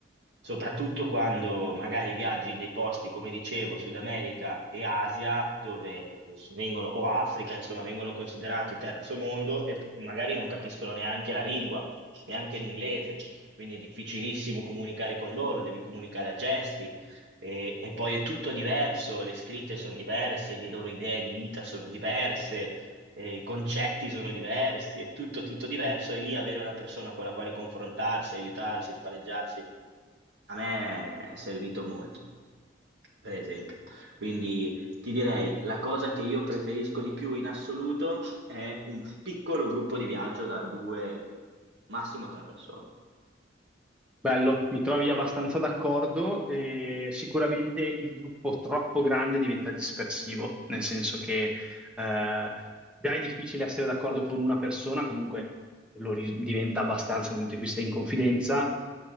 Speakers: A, on the right; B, in the centre.
A: soprattutto quando magari viaggi in dei posti, come dicevo, Sud America e Asia, dove vengono, o Africa, insomma, vengono considerati terzo mondo e po- magari non capiscono neanche la lingua, neanche l'inglese, quindi è difficilissimo comunicare con loro, devi comunicare a gesti. E, e poi è tutto diverso, le scritte sono diverse, le loro idee di vita sono diverse, eh, i concetti sono diversi, è tutto, tutto diverso e lì avere una persona con la quale confrontarsi, aiutarsi, spalleggiarsi a me è servito molto, per esempio. Quindi ti direi, la cosa che io preferisco di più in assoluto è un piccolo gruppo di viaggio da due, massimo tre persone.
B: Bello, mi trovi abbastanza d'accordo. e Sicuramente il gruppo troppo grande diventa dispersivo, nel senso che eh, già è difficile essere d'accordo con una persona, comunque lo ri- diventa abbastanza nel momento in cui sei in confidenza.